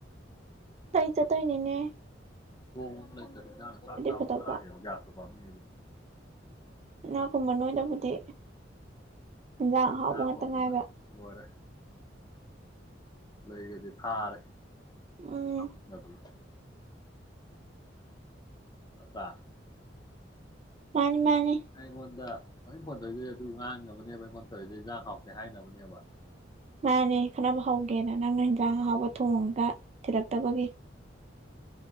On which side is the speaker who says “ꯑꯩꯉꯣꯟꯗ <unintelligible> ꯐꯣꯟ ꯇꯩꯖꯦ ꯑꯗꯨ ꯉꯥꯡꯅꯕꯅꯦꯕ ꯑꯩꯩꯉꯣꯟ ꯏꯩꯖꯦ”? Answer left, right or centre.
Left